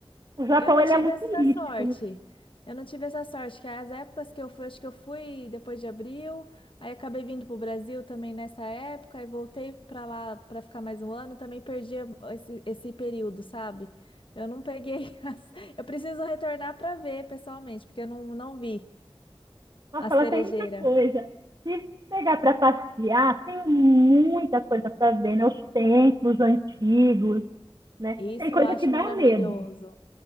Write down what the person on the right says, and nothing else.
o Japão
ele
é muito
místico.
Né?
Nossa,
ela tem muita coisa. Se pegar para passear, tem muita coisa para ver, né? Os templos antigos, né?
Tem coisa
que dá
medo.